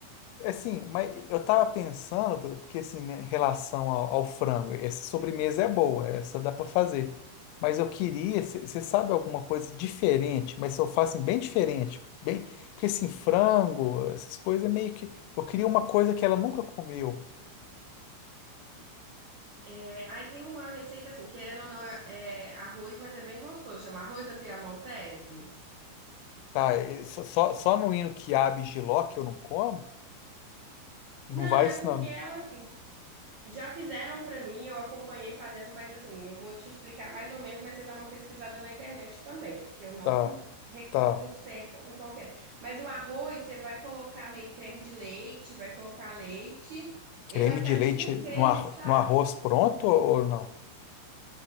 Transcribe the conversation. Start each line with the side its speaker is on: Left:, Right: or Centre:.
Left: É Assim, mas eu tava pensando, Dudu, porque assim, né, em relação ao, ao frango, essa sobremesa é boa, essa dá para fazer. Mas eu queria, você sabe alguma coisa diferente, mas eu faço assim, bem diferente, bem, porque assim, frango, essas coisas é meio que, eu queria uma coisa que ela nunca comeu,
Right: É, aí tem uma receita assim, querendo ou não, é, é arroz, mas é bem gostoso. Chama arroz à piamontese.
Left: tá? E Só, só só no hino quiabo e jiló que eu não como, Não
Right: Não,
Left: vai
Right: é
Left: ensinando.
Right: porque ela assim, Já fizeram pra mim, eu acompanhei fazendo, mas assim, eu vou te explicar mais ou menos, mas você dá uma pesquisada na internet também, porque eu não
Left: Tá,
Right: recordo
Left: tá.
Right: certo em qualquer. Mas o arroz, você vai colocar meio creme de leite, vai colocar leite, ele
Left: Creme
Right: vai ficar
Left: de leite
Right: tipo um creme,
Left: no, ar,
Right: sabe?
Left: no arroz pronto ou não?